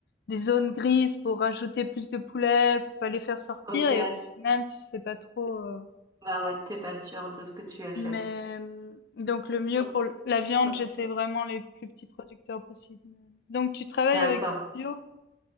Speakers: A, on the left (about 60°); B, on the right (about 20°).
A: des zones grises pour rajouter plus de poulets, pour pas les faire sortir.
B: Ok.
A: Et au final, tu sais pas trop. euh,
B: Bah ouais, t'es pas sûr de ce que tu achètes.
A: Mais euh, donc le mieux
B: Oh,
A: pour l- la viande,
B: oh,
A: j'essaie vraiment les plus petits producteurs possibles. Donc tu travailles
B: D'accord.
A: avec du bio?